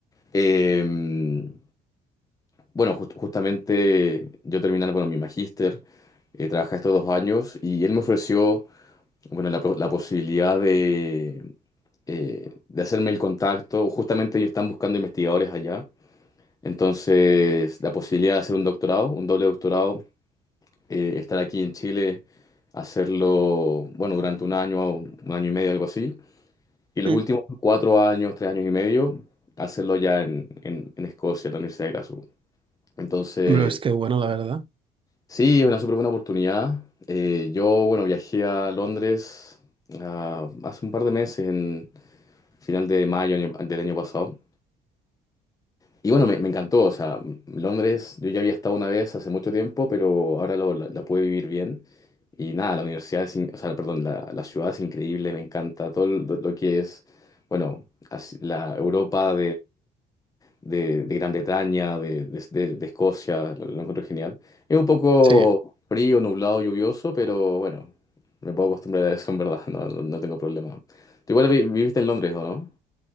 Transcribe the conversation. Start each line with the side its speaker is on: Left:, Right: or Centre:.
Left: em, Bueno, jus- justamente yo terminando, bueno, mi magíster, eh, trabajé estos dos años y él me ofreció, bueno, la, pro- la posibilidad de, eh, de hacerme el contacto. Justamente ellos están buscando investigadores allá. Entonces, la posibilidad de hacer un doctorado, un doble doctorado, eh, estar aquí en Chile, hacerlo, bueno, durante un año, un año y medio, algo así. Y los
Right: Mm.
Left: últimos cuatro años, tres años y medio, hacerlo ya en, en, en Escocia, en la Universidad de Glasgow. Entonces,
Right: Pero es que bueno, la verdad.
Left: Sí, es una súper buena oportunidad. Eh, yo, bueno, viajé a Londres ah, hace un par de meses, en final de mayo año- del año pasado. Y bueno, me, me encantó. O sea, Londres, yo ya había estado una vez hace mucho tiempo, pero ahora lo, la, la pude vivir bien. Y nada, la universidad es, in- o sea, perdón, la, la ciudad es increíble, me encanta todo lo, lo que es, bueno, así- la Europa de, de Gran Bretaña, de, de- de- de Escocia, lo, lo encuentro genial. Es un poco
Right: Sí.
Left: frío, nublado, lluvioso, pero bueno, me puedo acostumbrar a eso en verdad, <laughs> no, no, no tengo problema. Tú igual vi- viviste en Londres, ¿o no?